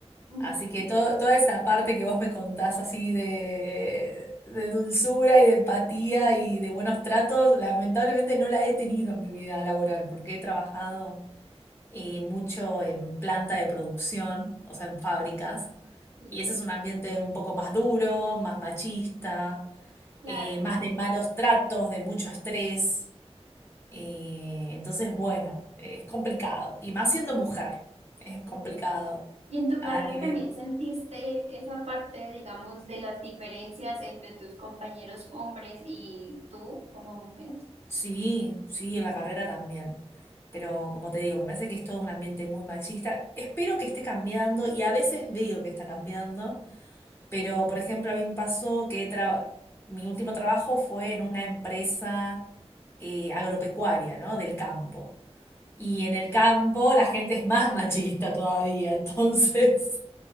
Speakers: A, on the right; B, on the left.
A: Mm,
B: así que todo, toda esa parte que vos me contás así de, de dulzura y de empatía y de buenos tratos, lamentablemente no la he tenido en mi vida laboral, porque he trabajado eh, mucho en planta de producción, o sea, en fábricas,
A: Sí,
B: y ese es un ambiente un poco más duro, más machista,
A: claro.
B: eh, más de malos tratos, de mucho estrés. Eh, entonces, bueno, es complicado. Y más siendo mujer, es complicado.
A: Mm. ¿Y en tu carrera
B: A nivel,
A: también sentiste esa parte, digamos, de las diferencias entre tus compañeros hombres y tú como mujer?
B: sí, sí, en la carrera también. Pero como te digo, me parece que es todo un ambiente muy machista. Espero que esté cambiando y a veces veo que está cambiando. Pero, por ejemplo, a mí me pasó que tra- mi último trabajo fue en una empresa eh, agropecuaria, ¿no? Del campo. Y en el campo la gente es más machista todavía. <laughs> Entonces...